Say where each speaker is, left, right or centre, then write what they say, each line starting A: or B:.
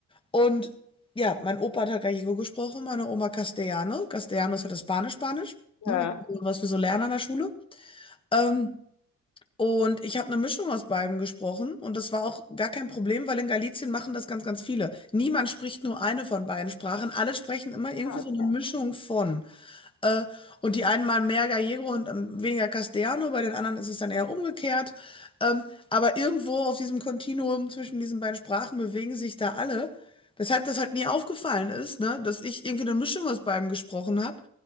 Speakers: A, on the left (about 15°); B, on the left (about 70°).
A: Und ja, mein Opa hat halt Gallego gesprochen, meine Oma Castellano. Castellano ist halt das Spanisch-Spanisch,
B: Ja,
A: ne, was, wir so- was wir so lernen an der Schule. Ähm, und ich habe eine Mischung aus beidem gesprochen und das war auch gar kein Problem, weil in Galicien machen das ganz, ganz viele. Niemand spricht nur eine von beiden Sprachen, alle sprechen immer irgendwie
B: ah,
A: so
B: okay.
A: eine Mischung von. Äh, und die einen mal mehr Gallego und ähm, weniger Castellano, bei den anderen ist es dann eher umgekehrt. Ähm, aber irgendwo auf diesem Kontinuum zwischen diesen beiden Sprachen bewegen sich da alle. Weshalb das halt nie aufgefallen ist, ne? Dass ich irgendwie eine Mischung aus beidem gesprochen habe.